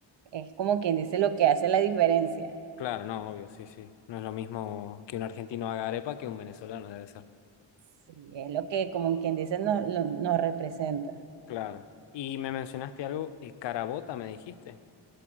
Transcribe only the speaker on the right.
es como quien dice lo que hace la diferencia.
Sí, es lo que como quien dice nos, lo- nos representa.